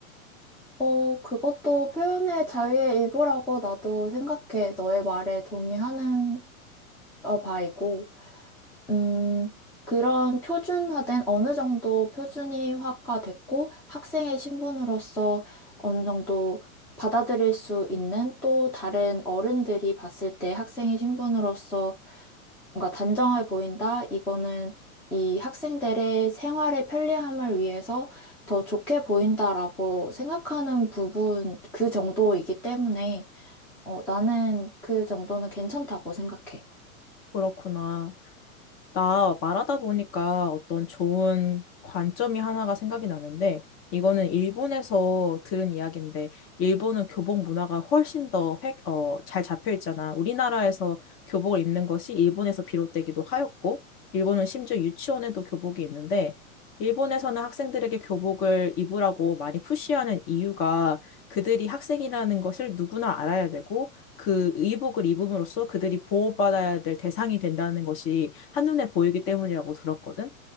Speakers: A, in the centre; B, on the left.
A: 어, 그것도 표현의 자유의 일부라고 나도 생각해. 너의 말에 동의하는 어, 바이고. 음, 그런 표준화된 어느 정도 표준이화가 됐고 학생의 신분으로서 어느 정도 받아들일 수 있는 또 다른 어른들이 봤을 때 학생의 신분으로서 뭔가 단정해 보인다. 이거는 이 학생들의 생활의 편리함을 위해서 더 좋게 보인다라고 생각하는 부분 그 정도이기 때문에 어, 나는 그 정도는 괜찮다고 생각해.
B: 그렇구나. 나 말하다 보니까 어떤 좋은 관점이 하나가 생각이 나는데, 이거는 일본에서 들은 이야기인데, 일본은 교복 문화가 훨씬 더 획, 어, 잘 잡혀 있잖아. 우리나라에서 교복을 입는 것이 일본에서 비롯되기도 하였고, 일본은 심지어 유치원에도 교복이 있는데, 일본에서는 학생들에게 교복을 입으라고 많이 푸시하는 이유가 그들이 학생이라는 것을 누구나 알아야 되고, 그 의복을 입음으로써 그들이 보호받아야 될 대상이 된다는 것이 한눈에 보이기 때문이라고 들었거든.